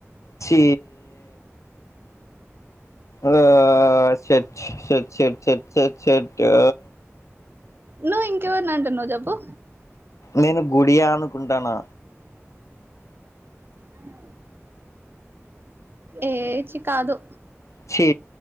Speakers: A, on the left; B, on the right.
A: చీ ఓ షెట్ షెట్ షెట్ షెట్ షెట్ షెట్టూ
B: నువ్ ఇంకెవరినంటున్నవ్ చెప్పు
A: నేను గుడియా అనుకుంటానా
B: ఆయనెవరు ఏ చ్చి కాదు
A: చ్చి